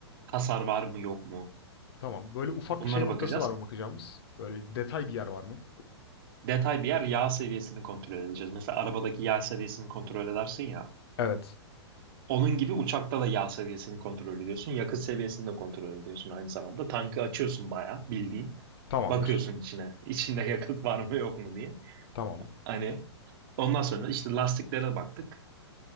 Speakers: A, on the right; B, on the left.
A: Hasar var mı yok mu?
B: Tamam. Böyle ufak
A: Bunlara
B: şey noktası
A: bakacağız.
B: var mı bakacağımız? Böyle detay bir yer var mı?
A: detay bir yer yağ seviyesini kontrol edeceğiz. Mesela arabadaki yağ seviyesini kontrol edersin ya.
B: Evet.
A: Onun gibi uçakta da yağ seviyesini kontrol ediyorsun. Yakıt seviyesini de kontrol ediyorsun aynı zamanda. Tankı açıyorsun bayağı bildiğin.
B: Tamamdır.
A: Bakıyorsun içine. İçinde yakıt var mı yok mu diye.
B: Tamam.
A: Hani ondan sonra işte lastiklere baktık.